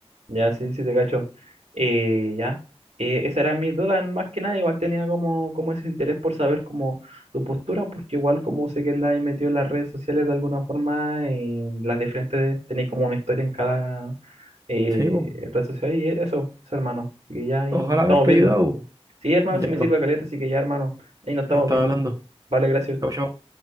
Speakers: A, on the right; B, on the right.
A: Ya, sí, sí, te cacho. Eh, ya. Eh, esas eran mis dudas, más que nada. Igual tenía como, como ese interés por saber como tu postura, porque igual como sé que andáis metido en las redes sociales de alguna forma, en las diferentes, tenéis como una historia en cada eh,
B: sí, po.
A: red social y eso, eso, hermano. Así que ya ahí
B: Ojalá
A: nos estamos
B: haberte
A: viendo.
B: ayudado.
A: Sí, hermano,
B: Ya,
A: sí me
B: pues,
A: sirve caleta, así que ya, hermano, ahí nos estamos
B: estaba
A: viendo.
B: hablando.
A: Vale, gracias.
B: Chau, chau.